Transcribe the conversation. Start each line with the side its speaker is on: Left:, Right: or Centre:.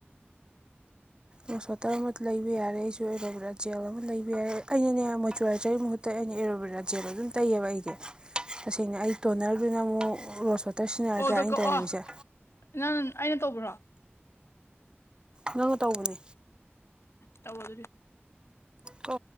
Right: ꯔꯣꯁ ꯋꯥꯇꯔ ꯑꯃ ꯂꯩꯕ ꯌꯥꯔꯦ ꯑꯩꯁꯨ ꯑꯣꯏꯔꯕ꯭ꯔꯥ ꯖꯦꯜ ꯑꯃ ꯂꯩꯕ ꯌꯥꯔꯦ ꯑꯩꯅꯅꯦ ꯃꯣꯏꯆꯨꯔꯥꯏꯖꯔꯒꯤ ꯃꯍꯨꯠ ꯇ ꯑꯩꯅ ꯑꯦꯔꯣꯕꯦꯔꯥ ꯖꯦꯜ ꯑꯗꯨꯝ ꯇꯩꯌꯦꯕ ꯑꯩꯗꯤ ꯇꯁꯦꯡꯅ ꯑꯩ ꯇꯣꯅꯔꯗꯨꯅ ꯑꯃꯨꯛ ꯔꯣꯁ ꯋꯥꯇꯔ ꯁꯤꯖꯤꯟꯅꯔꯗ꯭ꯔꯥ
Left: ꯀꯣꯜꯗꯣ
Right: ꯑꯩꯅ
Left: ꯀꯛꯑꯣ
Right: ꯇꯧꯔꯝꯃꯤꯁꯦ
Left: ꯅꯪ ꯑꯩꯅ ꯇꯧꯕ꯭ꯔꯣ
Right: ꯅꯪꯅ ꯇꯧꯕꯅꯦ
Left: ꯇꯧꯔꯣꯗꯨꯗꯤ
Right: ꯀꯣ